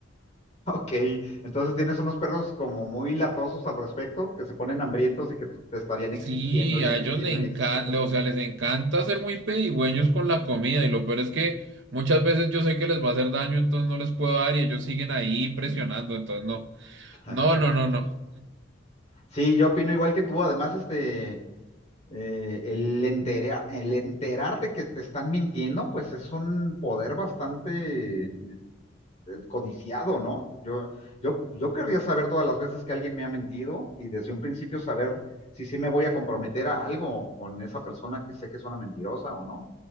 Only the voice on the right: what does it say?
Sí,
a
ellos les
encanta,
o sea, les encanta ser muy pedigüeños con la comida y lo peor es que muchas veces yo sé que les va a hacer daño, entonces no les puedo dar y ellos siguen ahí presionando, entonces no,
no, no, no, no.